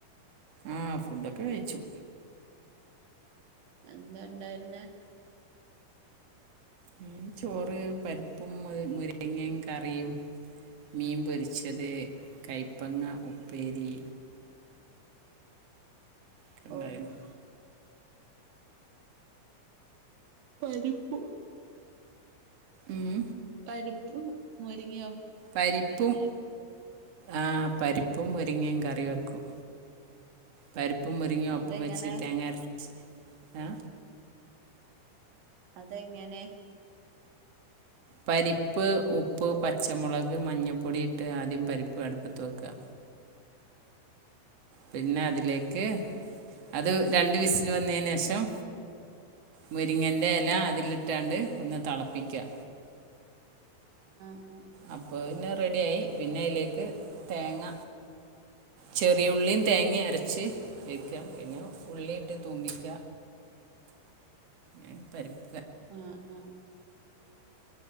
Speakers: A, on the right (about 45°); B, on the right (about 80°).
A: ആഹ് ഫുഡൊക്കെ കഴിച്ചു
B: എന്താ ണ്ടായിരുന്നേ
A: ഉം ചോറ് പരിപ്പും മു മുര്ങ്ങയും കറിയും മീൻ പൊരിച്ചത് കയ്പ്പങ്ങ ഉപ്പേരി കെ
B: ഓ
A: ണ്ടായിന്നു
B: പരിപ്പ്
A: ഉം
B: രിപ്പ് മുരിങ്ങിയോ
A: പരിപ്പും ആഹ് പരിപ്പും മുരിങ്ങയും കറി വെക്കും പരിപ് പ്പും മുരിങ്ങും ഒപ്പം
B: അതെങ്ങനെ
A: വെച്ച് തേങ്ങര്ച്ച് ആ
B: അതെങ്ങനെ
A: പരിപ്പ് ഉപ്പ് പച്ചമുളക് മഞ്ഞപ്പൊടിയിട്ട് ആദ്യം പരിപ്പ് അടുപ്പത്ത് വെക്ക
B: <inaudible>
A: പിന്നെ അതിലേക്ക് അത് രണ്ട് വിസില് വന്നയ്നേഷം
B: <inaudible>
A: മുരിങ്ങൻ്റെ എല
B: ഉം
A: അതിലിട്ടാണ്ട് ഒന്ന് തെളപ്പിക്ക
B: ആഹ്
A: അപ്പൊ ന്നെ റെഡിയായി പിന്നെ അയിലേക്ക് തേങ്ങ
B: <inaudible>
A: ചെറിയ ഉള്ളീ തേങ്ങ അരച്ച് വെക്ക പിന്നെ ഉള്ളിയിട്ട് തൂ്മ്പിക്ക
B: <inaudible>
A: ഞാൻ പരിപ്
B: ആഹ് ആഹ്